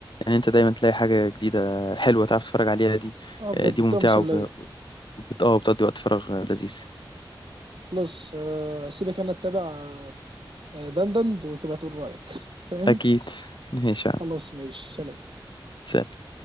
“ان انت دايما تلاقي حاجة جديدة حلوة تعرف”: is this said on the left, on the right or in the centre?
Left